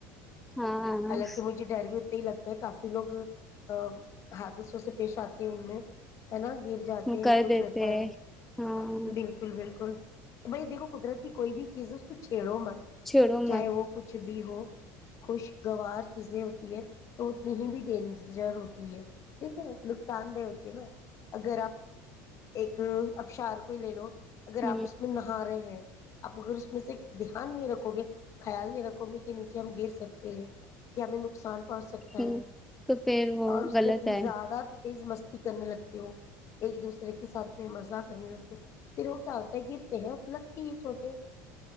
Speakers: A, in the centre; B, on the left (about 45°).
A: ہاں
B: حالانکہ مجھے ڈر بھی ہو ہی لگتا ہے کافی لوگ ا حادثوں سے پیش آتی ہے ان میں ہے نا گر جاتے
A: ہمم کردتے
B: ہیں کچھ ہوتا ہے
A: ہاں
B: بالکل بھی بالکل تو بھائی دھکو قدرت کی کوئی بھی چیز ہے اس کو چھیڑو مت
A: چھوڑو
B: چاہے
A: مت
B: وہ کچھ بھی ہو خوشگوار چیزیں ہوتی ہے تو اتنی ہی بھی ڈینجر ہوتی ہے ٹھیک ہے نقصان دہ ہوتی ہے نا اگر آپ ایک ابشار کو کوئی لے لو اگر
A: ہ
B: آپ اس میں نہا رہے ہیں آپ اگر اس میں سے دھیان نہیں رکھو گے خیال نہیں رکھو گے کہ نیچے ہم گھیر سکتے ہیں کہ ہمیں نقصان پہنچ سکتے ہیں
A: ہ تو پھر وہ
B: اور اس
A: غلط
B: میں تم
A: ہے
B: زیادہ تیز مستی کرنے لگتے ہو ایک دوسرے کے ساتھ میں مذاق <inaudible> پھر وہ کیا ہوتا ہے گرتے ہیں لگتی ہے چھوٹے